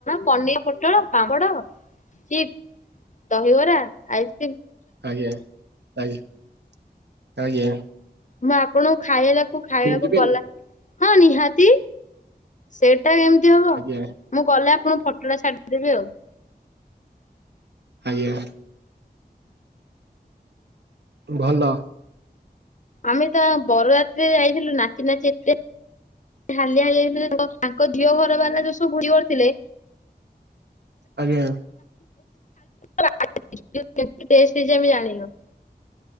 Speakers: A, on the left; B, on the right.
A: ପନିର ପୋଟଳ ପାମ୍ପଡ଼ ଚିପ୍ ଦହିବରା ଆଇସ୍
B: ଆଜ୍ଞା ଆଇ-ଆଜ୍ଞା।
A: ମୁଁ ଆପଣଙ୍କୁ ଖାଇଲାବାକୁ ଖାଇବାକୁ
B: ଯିବେନି
A: ଗଲା ହଁ ନିହାତି ସେ ପାଇଁ ଏମତି ହବ
B: ଆଜ୍ଞା
A: ମୁଁ ଗଲେ ଆପଣଙ୍କୁ ଫୋଟୋଟା ଛାଡିଦେବି ଆଉ।
B: ଆଜ୍ଞା। ଭଲ।
A: ଆମେ ତା ବର ଯାତ୍ରି ଯାଇଥିଲୁ ନାଚିନାଚି ଏତେ ହାଲିଆ ହେଇଯାଇଥିଲୁ ଯେ ତାଙ୍କ ଆଙ୍କ ଝିଅ ଘରବାଲା ଯୋଉ ସବୁ କିଓର ଥିଲେ
B: ଆଜ୍ଞା।
A: <inaudible> ଟେଷ୍ଟ କିଛି ଆମେ ଜାଣିନୁ।